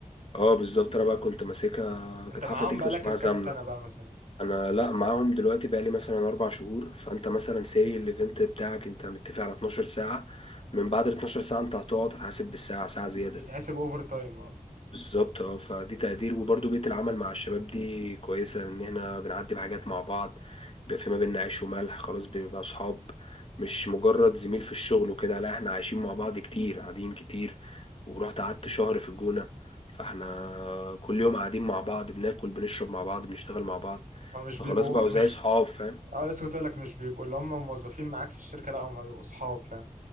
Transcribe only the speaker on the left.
اه بالظبط أنا بقى كنت ماسكها
كانت
حفلة تكنو
اسمها زمنة
انا لا معاهم دلوقتي بقالي مثلا اربع شهور فانت مثلا ساي الايفنت بتاعك انت متفق على 12 ساعة من بعد ال 12 ساعة انت هتقعد هتحاسب بالساعة ساعة زيادة
بالظبط اه فدي تقدير وبرضه بيئة العمل مع الشباب دي كويسة لأن احنا بنعدي بحاجات مع بعض بيبقى في ما بيننا عيش وملح خلاص بنبقى أصحاب مش مجرد زميل في الشغل وكده لا احنا عايشين مع بعض كتير قاعدين كتير ورحت قعدت شهر في الجونة فاحنا كل يوم قاعدين مع بعض بناكل بنشرب مع بعض بنشتغل مع بعض
فخلاص
بقوا
زي صحاب فاهم